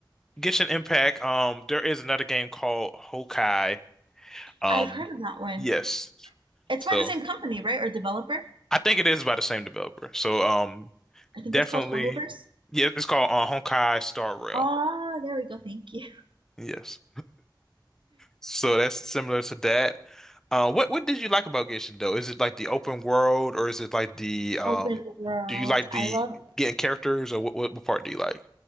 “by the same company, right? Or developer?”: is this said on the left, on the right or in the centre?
Right